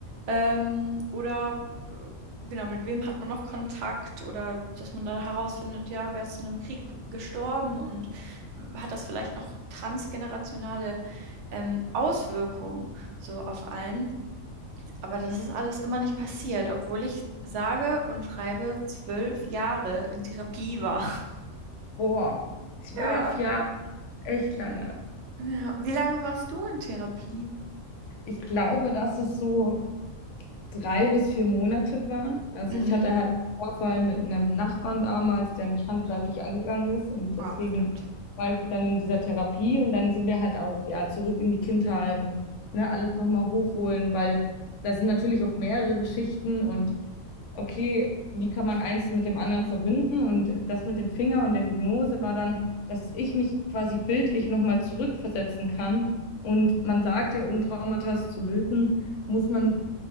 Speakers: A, on the right; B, on the left.
A: ähm, oder äh, genau, mit wem hat man noch Kontakt oder dass man dann herausfindet, ja, wer ist in einem Krieg gestorben und äh, hat das vielleicht noch transgenerationale ähm, Auswirkungen so auf einen. Aber das ist alles immer nicht passiert, obwohl ich sage und schreibe zwölf Jahre in Therapie war. <laughs>
B: Boah, zwölf
A: Ja,
B: Jahre, echt lange.
A: ja. Wie lange warst du in Therapie?
B: Ich glaube, das ist so drei bis vier Monate waren. Also
A: Mhm.
B: ich hatte halt einen Vorfall mit einem Nachbarn damals, der mich handgreiflich angegangen ist und
A: Ah,
B: deswegen
A: verdammt.
B: war ich dann in dieser Therapie und dann sind wir halt auch ja zurück in die Kindheit und ne, alles nochmal hochholen, weil das sind natürlich auch mehrere Geschichten und okay, wie kann man eins mit dem anderen verbinden? Und das mit dem Finger und der Hypnose war dann, dass ich mich quasi bildlich nochmal zurückversetzen kann. Und man sagt ja, um Traumata zu lösen, muss man